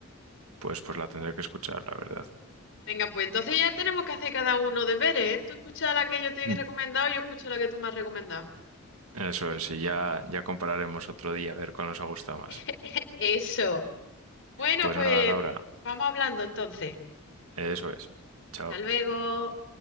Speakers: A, on the right; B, on the left.
A: Pues, pues la tendré que escuchar, la verdad.
B: Venga, pues entonces ya tenemos que hacer cada uno deberes, ¿eh? Tú escuchas la que yo te he
A: Mm.
B: recomendado y yo escucho la que tú me has recomendado.
A: Eso es, y ya, ya compararemos otro día a ver cuál nos ha gustado más.
B: <laughs> Eso. Bueno,
A: Pues
B: pues
A: nada, Laura,
B: vamos hablando entonces.
A: eso es. Chao.
B: Hasta luego.